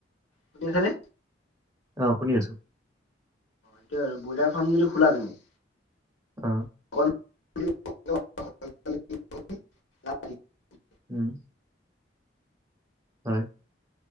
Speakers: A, on the left; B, on the right.
A: কোনি খানে?
B: অ শুনি আছো।
A: এটিয়া ব্ৰইলাৰ ফাৰ্ম যদি খলা তুমি-
B: উম
A: <unintelligible>
B: উম হয়।